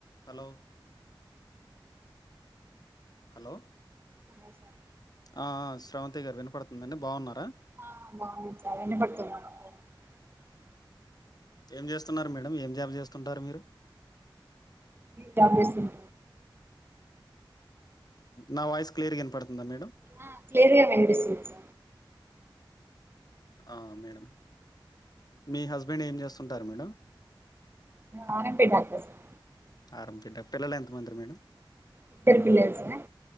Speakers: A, on the left; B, on the right.
A: Hello hello
B: అనా sir
A: ఆ ఆ స్రవంతి గారు వినపడుతుందండి బాగున్నారా
B: <inaudible>
A: ఏం చేస్తున్నారు మేడం ఏం జాబ్ చేస్తుంటారు మీరు
B: జాబ్ చేస్తున్న
A: నా వాయిస్ క్లియర్ గా వినపడుతుందా మేడం
B: ఆ క్లియర్ గా వినిపిస్తుంది
A: ఆ మేడం మీ హస్బెండ్ ఏం చేస్తుంటారు madam
B: R M P doctor sir
A: R M P doctor పిల్లలు ఎంతమంది మేడం
B: ఇద్దరు పిల్లలు సార్